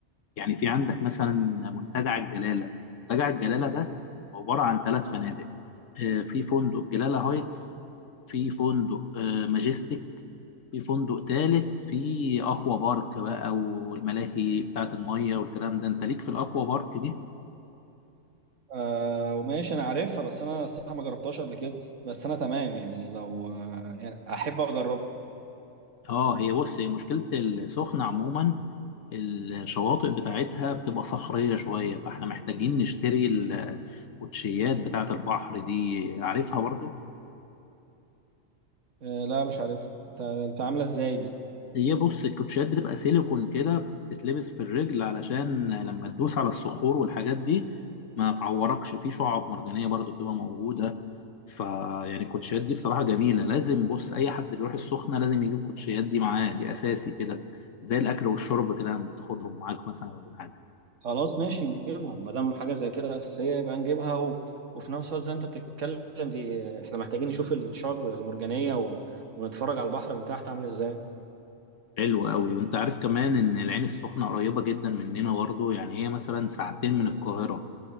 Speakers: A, on the left; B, on the right.
A: يعني في عندك مثلا منتجع الجلالة منتجع الجلالة ده عبارة عن ثلاث فنادق آه، في فندق جلالة هايتس في فندق آه، ماجستيك في فندق تالت في أكوا بارك بقى والملاهي بتاعة المية والكلام ده أنت ليك في الأكوا بارك دي؟
B: آه وماشي أنا عارفها بس أنا الصراحة ما جربتهاش قبل كده بس أنا تمام يعني لو آه يعني أحب أجربها
A: اه هي بص هي مشكلة السخنة عموما الشواطئ بتاعتها بتبقى صخرية شوية فاحنا محتاجين نشتري الكوتشيات بتاعة البحر دي عارفها برضو
B: آه لا مش عارف أنت أنت عاملة إزاي دي
A: هي بص الكوتشيات بتبقى سيليكون كده بتتلبس في الرجل علشان لما تدوس على الصخور والحاجات دي ما تعوركش في شعاب مرجانية برضو بتبقى موجودة فيعني الكوتشيات دي بصراحة جميلة لازم بص أي حد بيروح السخنة لازم يجيب الكوتشيات دي معاه دي أساسي كده زي الأكل والشرب كده لما بتاخدهم معاك مثلا ولا حاجة
B: خلاص ماشي نجيبها ما دام حاجة زي كده أساسية يبقى نجيبها و... وفي نفس الوقت زي ما أنت بتتكلم دي آه، إحنا محتاجين نشوف الشعب المرجانية ون... ونتفرج على البحر من تحت عامل إزاي
A: حلو قوي وأنت عارف كمان إن العين السخنة قريبة جدا مننا برضو يعني هي مثلا ساعتين من القاهرة